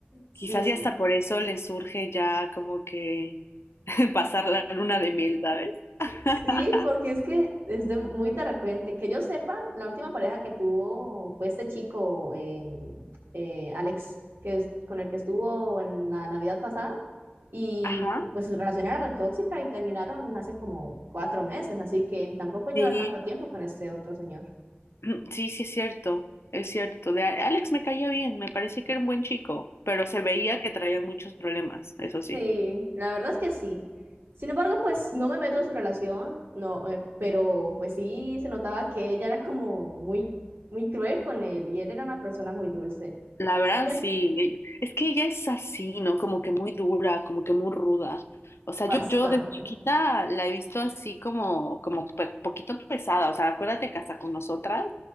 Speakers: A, on the left; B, on the right.
A: Quizás
B: Sí,
A: y hasta por eso le surge ya como que <laughs> pasar la luna de miel, ¿sabes? <laughs>
B: Sí, porque es que es de muy de repente. Que yo sepa, la última pareja que tuvo fue este chico, em, eh, Alex, que es, con el que estuvo en la Navidad pasada. Y
A: Ajá.
B: pues su relación era retóxica y terminaron hace como cuatro meses, así que tampoco lleva
A: Sí,
B: tanto tiempo con este otro señor.
A: <clears throat> sí, sí es cierto, es cierto. De A- Alex me caía bien, me parecía que era un buen chico, pero se veía que traía muchos problemas, eso sí.
B: Sí, la verdad es que sí. Sin embargo, pues no me meto en su relación, no, eh, pero pues sí se notaba que ella era como muy, muy cruel con él y él era una persona muy dulce.
A: La
B: Así
A: verdad,
B: que
A: sí. e, Es que ella es así, ¿no? Como que muy dura, como que muy ruda. O sea,
B: bastante,
A: yo, yo de chiquita la he visto así como, como pe- poquito pesada. O sea, acuérdate que hasta con nosotras